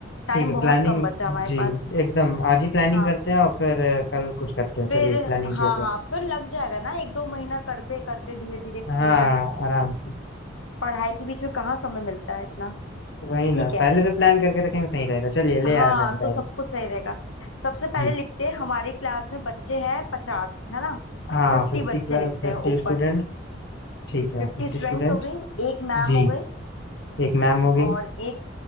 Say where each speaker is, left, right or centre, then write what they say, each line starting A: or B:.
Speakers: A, on the left; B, on the left.
A: टाइम
B: ठीक है
A: बहुत
B: प्लानिंग
A: कम बचा हमारे
B: जी
A: पास
B: एकदम आज ही प्लानिंग
A: हाँ
B: करते हैं और फिर अ, कल कुछ करते हैं
A: फिर
B: चलिए प्लानिंग
A: हाँ
B: किया जाए
A: हाँ फिर लग जाएगा ना एक दो महीना करते करते धीरे धीरे स्कूल
B: हाँ हाँ
A: में
B: आराम से
A: पढ़ाई के बीच में कहाँ समय मिलता है इतना
B: वही
A: ठीक
B: ना
A: है
B: पहले से प्लान करके रखेंगे सही रहेगा चलिए
A: हाँ
B: ले आया मैंने डायरी
A: तो सब कुछ सही रहेगा सबसे पहले
B: जी
A: लिखते हैं हमारी क्लास में बच्चे हैं पचास है ना
B: हाँ
A: फिफ्टी
B: फिफ्टी
A: बच्चे
B: फिफ्टी
A: लिखते हैं ऊपर
B: स्टूडेंट्स ठीक है
A: फिफ्टी
B: फिफ्टी
A: स्टूडेंट्स
B: स्टूडेंट्स
A: हो गई एक मैम
B: जी
A: हो गई
B: एक मैम हो गई
A: और एक